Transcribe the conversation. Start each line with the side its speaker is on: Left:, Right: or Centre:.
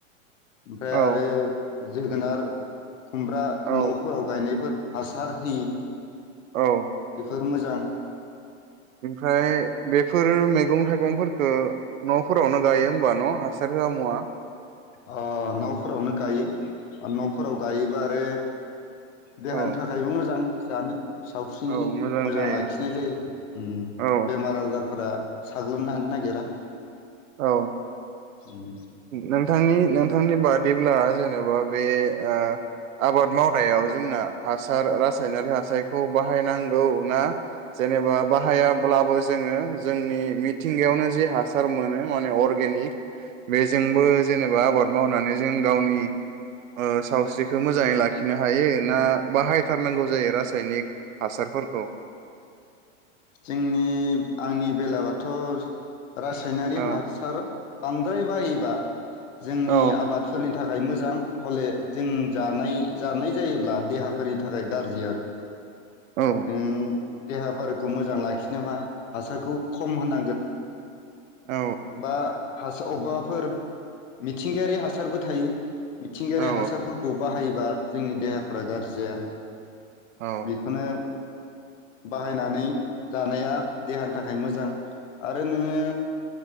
Left: ओमफ्राय
Right: औ
Left: आरो। जोगोनार। खुमब्रा
Right: औ
Left: नफोराव गायनायफोर। हासार होयै।
Right: औ।
Left: बेफोर मोजां।
Right: ओमफ्राय। बेफोर मैगं थाइगंफोरखौ नफोरावनो गायो होमबा न हासार होआ मुवा।
Left: अ नफोरावनो गायो आरो नफोराव गायोबा आरो। देहानि
Right: औ
Left: थाखायबो मोजां। जानो। सावस्रिनि
Right: औ
Left: मोजां
Right: जायो
Left: लाखिनाय जायो उम
Right: औ
Left: बेमार आजारफोरा। साग्लोबनो हानो नागिरा।
Right: औ।
Left: उम
Right: नोंथांनि। नोंथांनि बादिब्ला जेनेबा बे ओ आबाद मावनायाव जोंना हासार रासायनारि हासारखौ बाहायनांगौ ना जेनेबा बाहायाब्लाबो जोङो जोंनि मिथिंगायावनो जे हासार मोनो माने अर्गेनिक। बेजोंबो जेनेबा आबाद मावनानै जों गावनि ओ सावस्रिखौ मोजाङै लाखिनो हायो ना बाहायथारनांगौ जायो रासायनिक हासारफोरखौ।
Left: जोंनि आंनि बेला बाथ। रासायनारि
Right: औ
Left: हासार। बांद्राय बाहायोबा। जोंनि
Right: औ
Left: आबादफोरनि थाख। थाखाय मोजां हले जों जानाय जानाय जायोब्ला देहाफोरनि थाखाय गाज्रि आरो।
Right: औ
Left: ओम। देहाफोरखौ मोजां लाखिनोबा हासारखौ खम होनांगोन।
Right: औ
Left: बा। हासार अबेबाफोर मिथिंगायारि हासारबो थायो। मिथिंगायारि
Right: औ
Left: हासारफोरखौ बाहायो। बा जोंनि देहाफोरा गाज्रि जाया।
Right: औ
Left: बेखोनो। बाहायनानै जानाया देहानि थाखाय मोजां आरो नोङो।